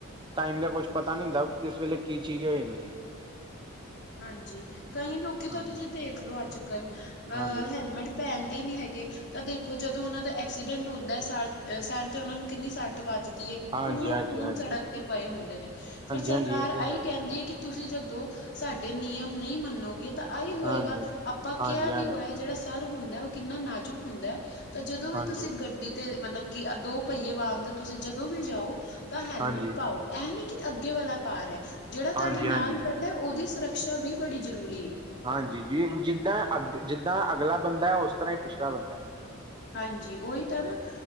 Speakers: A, on the right; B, on the left.
A: ਟਾਈਮ ਦਾ ਕੁਛ ਪਤਾ ਨੀ ਹੁੰਦਾ ਕਿਸ ਵੇਲੇ ਕੀ ਚੀਜ਼ ਹੋ ਜਾਣੀ ਐ।
B: ਹਾਂਜੀ ਕਈ ਲੋਕੀ
A: ਹਾਂਜੀ,
B: ਤਾਂ ਤੁਸੀਂ ਦੇਖਲੋ ਅੱਜ-ਕੱਲ ਅ
A: ਹਾਂਜੀ,
B: ਹੈਲਮੇਟ ਪੈਨਦੇ ਨੀ ਹੈਗੇ ਤਾਂ ਦੇਖੋ ਜਦੋਂ ਓਨਾਂ ਦਾ ਐਕਸੀਡੈਂਟ ਹੁੰਦਾ ਸਹ ਸਰ ਤੇ ਓਨਾਂ ਨੂੰ ਕਿੰਨੀ ਸ ਟ ਵੱਜਦੀ
A: ਹਾਂਜੀ,
B: ਖੂਨੋ
A: ਹਾਂਜੀ,
B: ਖੂਨ
A: ਹਾਂਜੀ, ਹਾਂਜੀ,
B: ਸੜਕ ਤੇ ਪਏ ਹੁੰਦੇ ਨੇ ਫੇਰ ਸਰਕਾਰ
A: ਹਾਂਜੀ ਇਹ ਤੇ
B: ਐਹੀ
A: ਹੈ
B: ਕੈਂਦੀ
A: ਜੀ ਹਾਂਜੀ।
B: ਐ ਕਿ ਤੁਸੀਂ ਜਦੋਂ ਸਾਡੇ ਨਿਯਮ ਨਹੀਂ ਮੰਨੋਗੇ ਤਾਂ ਆਈ ਹੋਏਗਾ
A: ਹਾਂਜੀ,
B: ਆਪਾਂ
A: ਹਾਂਜੀ,
B: ਕੇਆ ਵੀ
A: ਹਾਂਜੀ,
B: ਹੋਇਆ ਜਿਹੜਾ ਸਰ ਹੁੰਦਾ ਓ ਕਿੰਨਾ ਨਾਜ਼ੁਕ ਹੁੰਦਾ ਐ ਤਾਂ ਜਦੋਂ ਵੀ
A: ਹਾਂਜੀ।
B: ਤੁਸੀਂ ਗੱਡੀ ਤੇ ਮਤਲਬ ਕਿ ਦੋ ਪਈਏ ਵਾਗ ਤੇ ਤੁਸੀਂ ਜਦੋਂ ਵੀ ਜਾਓ ਤਾਂ ਹੈਲਮਟ
A: ਹਾਂਜੀ,
B: ਪਾਓ ਐ ਨੀ ਕਿ ਅੱਗੇ ਵਾਲਾ ਪਾਰ ਹੈ ਜੇੜਾ ਤੁਹਾਡੇ
A: ਹਾਂਜੀ,
B: ਨਾਲ ਬੈਠਾ ਓਦੀ ਸੁਰਾਕਛਾ ਵੀ ਬੜੀ ਜ਼ਰੂਰੀ ਐ।
A: ਹਾਂਜੀ ਜੀ ਜੀਦਾਂ ਅਗ ਅੱਗਲਾ ਬੰਦਾ ਐ ਹੈ ਓਸ ਤਰ੍ਹਾਂ ਈ ਪੀਛਲਾ ਬੰਦਾ ਐ।
B: ਹਾਂਜੀ ਓਈ ਤਾਂ ਨਾ ਤਾਂ,